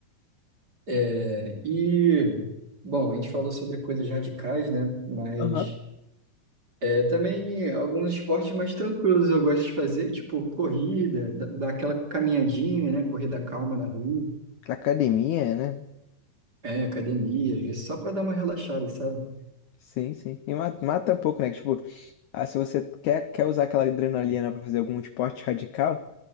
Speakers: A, on the right; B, on the left.
A: É, e, bom, a gente falou sobre coisas radicais, né? Mas
B: Aham.
A: é, também alguns esportes mais tranquilos eu gosto de fazer, tipo corrida, da- dar aquela caminhadinha, né? Corrida calma na rua,
B: Academia, né?
A: é, academia, às vezes só para dar uma relaxada, sabe?
B: Sim, sim. E mata, mata um pouco, né? Tipo, ah, se você quer, quer usar aquela adrenalina pra fazer algum esporte radical,